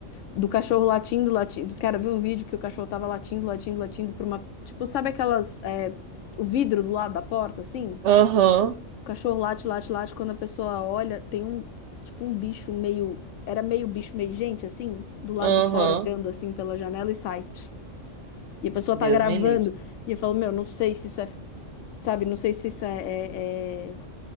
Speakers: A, on the left; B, on the right.
A: do cachorro latindo, latindo. Cara, eu vi um vídeo que o cachorro tava latindo, latindo, latindo pra uma, tipo, sabe aquelas, é, o vidro do lado da porta, assim?
B: Aham,
A: O cachorro late, late, late. Quando a pessoa olha, tem um, tipo, um bicho meio. Era meio bicho, meio gente, assim, do lado
B: aham,
A: de fora, olhando assim pela janela e sai. Psst. E a pessoa
B: Deus
A: tá gravando.
B: me livre.
A: E eu falo, meu, não sei se isso é. Sabe, não sei se isso é. É, é-